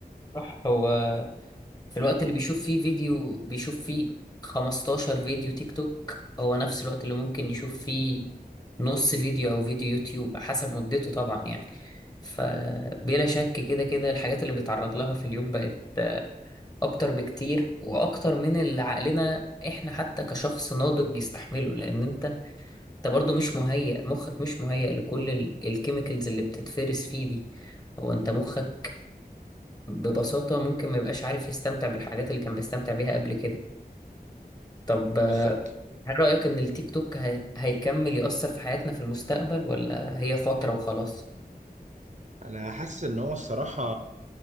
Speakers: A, on the left; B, on the right.
A: صح هو في الوقت اللي بيشوف فيه فيديو بيشوف فيه 15 فيديو تيك توك هو نفس الوقت اللي ممكن يشوف فيه نص فيديو او فيديو يوتيوب حسب مدته طبعا يعني فبلا شك كده كده الحاجات اللي بيتعرض لها في اليوم بقت آه، اكتر بكتير واكتر من اللي عقلنا احنا حتى كشخص ناضج يستحمله لان انت انت برضو مش مهيئ مخك مش مهيئ لكل الكيميكالز اللي بتتفرس فيه دي هو انت مخك ببساطة ممكن ما يبقاش عارف يستمتع بالحاجات اللي كان بيستمتع بيها قبل كده طب آه،
B: بالظبط
A: هل رأيك إن التيك توك هي... هيكمل يأثر في حياتنا في المستقبل ولا هي فترة وخلاص؟
B: انا حاسس ان هو الصراحه